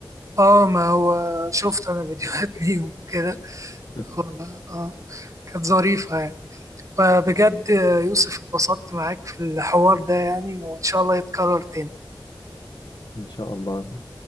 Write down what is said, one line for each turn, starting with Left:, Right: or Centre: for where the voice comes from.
Right: اه ما هو شفت أنا <laughs> فيديوهات ليهم كده
Left: <laughs>
Right: آه آه، كانت ظريفة يعني فبجد يوسف اتبسطت معاك في الحوار ده يعني وإن شاء الله يتكرر تاني
Left: ان شاء الله